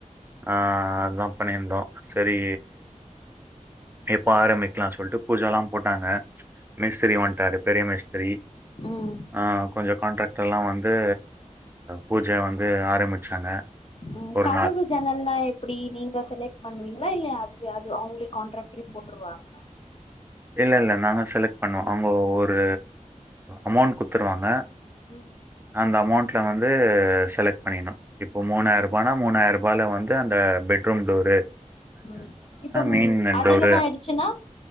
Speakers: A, on the right; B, on the left.
A: ஆஹ் அதா பண்ணியிருந்தோம் சேரி எப்ப ஆரம்பிக்கலாம் சொல்லிட்டு பூஜல்லாம் போட்டாங்க மேஸ்திரி வந்துட்டாரு பெரிய மேஸ்திரி
B: ம் ம்
A: ஆஹ் கொஞ்ச கான்ட்ராக்லாம் வந்து பூஜ வந்து ஆரம்பிச்சாங்க
B: உம்
A: ஒரு
B: கதவு ஜனல்ல்லாம் எப்படி நீங்க செலக்ட் பண்ணுவீங் இல்லையா அதுவே அது அவங்களே கான்ட்ராகரே போட்டுருவாங்காளா
A: இல்ல, இல்ல. நாங்க செலக்ட் பண்ணுவோம் அவங்கே ஒரு அமௌண்ட் குடுத்துருவாங்க
B: ம்
A: அந்த அமௌண்ட்ல வந்து செலக்ட் பண்ணினும் இப்ப மூணாயிர ரூபானா மூணாயிர வேல வந்து அந்த பெட்ரூம் டோரு
B: உம் இப்ப
A: மெயின்
B: அதிகமாயிடுச்சுன்னா
A: டோரு.